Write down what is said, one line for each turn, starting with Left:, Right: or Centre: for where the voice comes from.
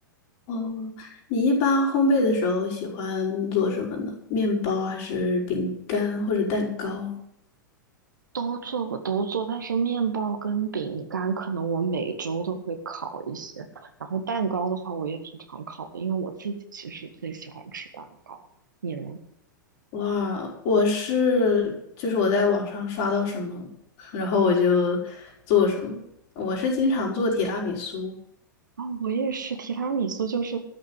Left: 哦，你一般烘焙的时候喜欢做什么呢？面包还是饼干或者蛋糕？
Right: 都做，我都做，但是面包跟饼干可能我每周都会烤一些，然后蛋糕的话我也挺常烤的，因为我自己其实最喜欢吃蛋糕。你呢？
Left: 哇，我是就是我在网上刷到什么，然后我就做什么。我是经常做提拉米苏，
Right: 啊，我也是，提拉米苏就是